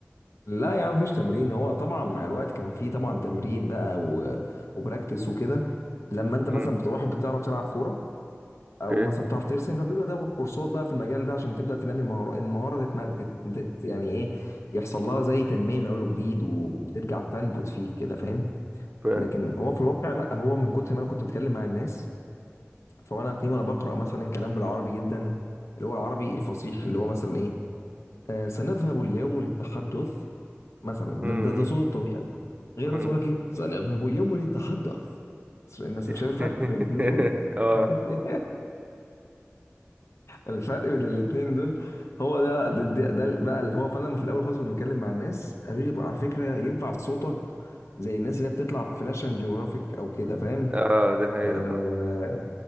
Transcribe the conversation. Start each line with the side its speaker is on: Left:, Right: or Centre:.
Left: لا يا عم مفيش تمرين هو طبعا مع الوقت كان فيه طبعا تمرين بقى و... وبراكتس وكده لما انت
Right: امم
Left: مثلا بتبقى واحد بتعرف تلعب كورة او
Right: اوكي
Left: مثلا بتعرف ترسم فبتبدا تاخد كورسات بقى في المجال ده عشان تبدا تنمي مهارة المهارة تتم... تت... تت... يعني ايه يحصل لها زي تنمية من اول وجديد و... وترجع تنبت فيك كده فاهم
Right: فاهم
Left: لكن هو في الواقع لا هو من كتر ما انا كنت بتكلم مع الناس فانا هتلاقيني وانا بقرا مثلا كلام بالعربي جدا اللي هو العربي الفصيح اللي هو مثلا ايه آه، سنذهب اليوم للتحدث مثلا ده
Right: امم
Left: ده, ده صوت الطبيعي غير مثلا
Right: امم
Left: يقول لك ايه سنذهب اليوم للتحدث مثلا
Right: <laughs>
Left: شايف الفرق بين الاثنين دول
Right: اه
Left: <laughs> الفرق بين الاثنين دول هو ده ده, ده ده بقى اللي هو فانا في الاول خالص كنت بتكلم مع الناس قالوا لي بقى على فكره ينفع صوتك زي الناس اللي هي بتطلع في ناشونال جيوغرافيك او كده فاهم
Right: اه دي حقيقة
Left: آه
Right: طبعا